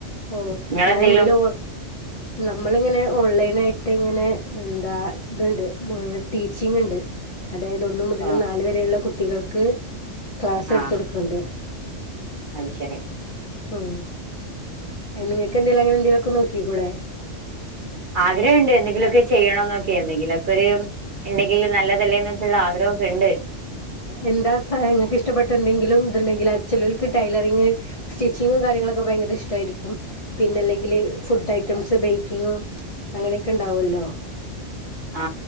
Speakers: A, on the left; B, on the right.
A: ഓ
B: നിങ്ങളെന്തേലും
A: എന്നാ എന്തേലുംഓ നമ്മളിങ്ങനെ ഓൺലൈനായിട്ട് ട്ട് ഇങ്ങനെ എന്താ ഇതുണ്ട് ടീച്ചിങ് ഉണ്ട് അതായത് ഒന്നു മുതൽ
B: ഓ
A: നാല് വരെയുള്ള കു ട്ടികൾക്ക് ക്ലാസ്
B: ആഹ്
A: എട്ത്തൊട്ക്ക്ണ്ട്
B: അത് ശരി
A: ഉം അയിന് നിങ്ങേക്ക് എന്തെലും അങ്ങനെ എന്തെലു ഒക്കെ നോക്കിക്കുടെ
B: ആഗ്രഹണ്ട് എന്തെങ്കിലൊക്കെ ചെയ്യണോന്നൊക്കെ എന്തെങ്കിലുക്കെ ഒര് എന്തെങ്കിൽ നല്ലതല്ലേന്നൊക്കെള്ള ആഗ്രഹൊക്കെ ഇണ്ട്
A: എന്താ സ്വയ ഇങ്ങക്ക് ഇഷ്ടപ്പെട്ട എന്തെങ്കിലും ഇത്ണ്ടെങ്കിൽ അത് ചിലോൽക്ക് ടൈലറിങ് സ്റ്റിച്ചിങ്ങും കാര്യങ്ങളൊക്കെ ഭയങ്കര ഇഷ്ടായിരിക്കും പിന്നെ അല്ലെങ്കില് ഫുഡ് ഐറ്റംസ് ബേക്കിങ് അങ്ങനെയൊക്കെ ഇണ്ടാവല്ലോ
B: ആ